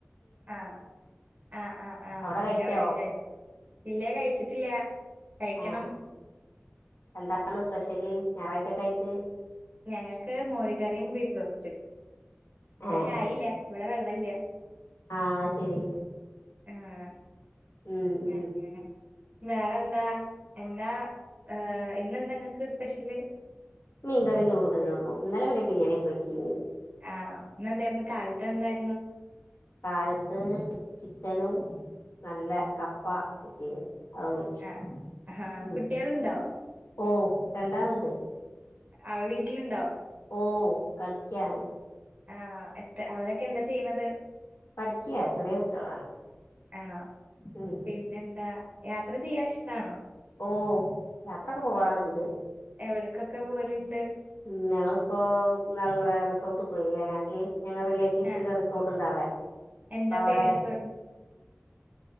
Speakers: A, on the right (about 35°); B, on the left (about 80°).
A: ആ ആഹ് ആഹ് ആഹ്
B: അവിടെ
A: അങ്ങനെ
B: കഴിച്ചോ
A: ഒരുമിച്ച് കഴിക്ക ഇല്ല കഴിച്ചിട്ടില്ല കഴിക്കണം
B: ആ എന്താണ് സ്പെഷ്യല് ഞായറാഴ്ചൊക്കെ ആയിട്ട്
A: ഞങ്ങൾക്ക് മോര് കറിയും ബീഫ് റോസ്റ്റും
B: ആ
A: പഷെ ആയില്ല ഇവിടെ വെള്ളല്ല്യ
B: ആ അയ്ശെരി
A: ആഹ്
B: ഉം ഉം
A: അങ്ങനെ വേറെന്താ എന്താ ഏ ഇന്നെന്താങ്ങക്ക് സ്പെഷ്യല്
B: മീൻകറിയും ചോറും തന്നെ ഉള്ളൂ ഇന്നലെ പിന്നെ ബിരിയാണിയൊക്കെ വെച്ചിന്
A: ആ ഇന്ന് എന്തായിരുന്നു കാലത്ത് എന്തായിരുന്നു
B: കാലത്ത് ചിക്കനും നല്ല കപ്പ കിട്ടീന് അതും വെച്ച്
A: ആഹ് ആഹ്
B: ഉം
A: കുട്ടികളുണ്ടോ
B: ഓ രണ്ടാളുണ്ട്
A: അവ വീട്ടിലുണ്ടോ
B: ഓ കളിക്കാണ്
A: ആണോ എത്ര അവരൊക്കെ എന്താ ചെയ്യുന്നത്
B: പഠിക്കയാ ചെറിയ കുട്ടികളാണ്
A: ആണോ
B: ഉ
A: പിന്നെന്താ യാത്ര ചെയ്യാൻ ഇഷ്ടാണോ
B: ഓ യാത്രക്ക് പോവാറണ്ട്
A: വിടക്കൊക്കെ പോലുണ്ട്
B: ഉഞങ്ങിപ്പോ നാള ഇവിടെ റിസോർട്ടിൽ പോയിനി വയനാട്ടില് ഞങ്ങൾ റിലേറ്റീവ്സി്റെ
A: ആ
B: റിസോർട്ടുണ്ട് അവിടെ
A: എന്താ
B: അപ്പ അവിടെ
A: പേ റിസോർട്ട്